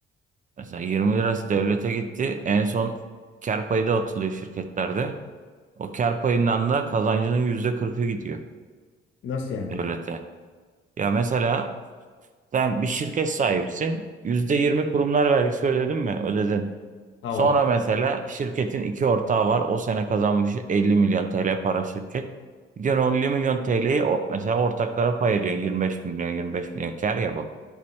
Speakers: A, on the right; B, on the left.
A: Mesela 20 lirası devlete gitti. En son kar payı da atılıyor şirketlerde. O kar payından da kazancının %40'ı gidiyor
B: Nasıl yani?
A: devlete. Ya mesela sen bir şirket sahibisin. %20 kurumlar vergisi ödedin mi? Ödedin.
B: Tamam.
A: Sonra mesela şirketin iki ortağı var. O sene kazanmış 50 milyon TL para şirket. Gidiyorsun o 50 milyon TL'yi o- mesela ortaklara pay ediyorsun. 25 milyon 25 milyon kar ya bu.